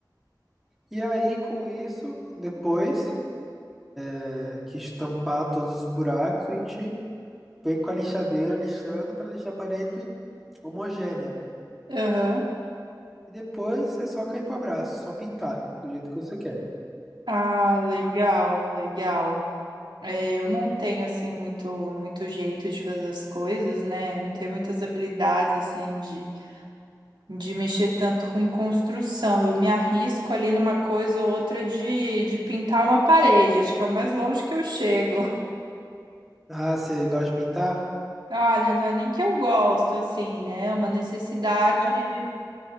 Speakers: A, in the centre; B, on the right (about 80°).
A: E aí, com isso, depois é, que estampar todos os buracos, a gente vem com a lixadeira lixando para deixar a parede homogênea, né?
B: Aham.
A: E depois é só cair pro abraço, só pintar do jeito que você quer.
B: Ah, legal, legal. É, eu não tenho assim muito muito jeito de fazer as coisas, né? Não tenho muitas habilidades assim de, de mexer tanto com construção. Eu me arrisco ali numa coisa ou outra de, de pintar uma parede, acho que é o mais longe que eu chego.
A: Ah, você gosta de pintar?
B: <laughs> Olha, não é nem que eu gosto assim, né? É uma necessidade
A: Esse dá.